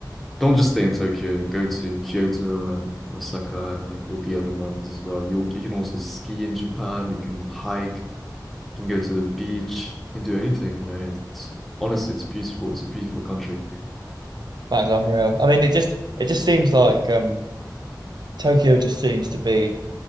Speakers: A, in the centre; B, on the right (about 70°).
A: don't just stay in Tokyo. Go to Kyoto and Osaka and like all the other ones as well. You you can also ski in Japan. You can hike. You can go to the beach. You can do anything. You know, it's honestly, it's beautiful. It's a beautiful country.
B: that is unreal. I mean, it just it just seems like um Tokyo just seems to be